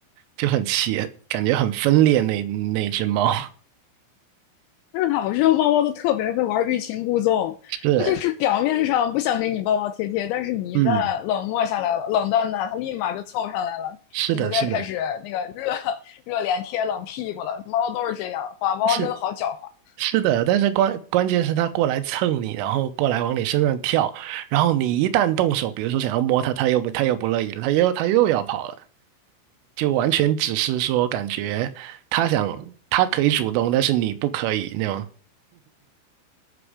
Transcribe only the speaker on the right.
就很奇，感觉很分裂那那只猫。<laughs>
是，
嗯，
是的，
是的，
是是的，但是关关键是它过来蹭你，然后过来往你身上跳，然后你一旦动手，比如说想要摸它，它又不它又不乐意了，它又它又要跑了，就完全只是说感觉它想它可以主动，但是你不可以那种。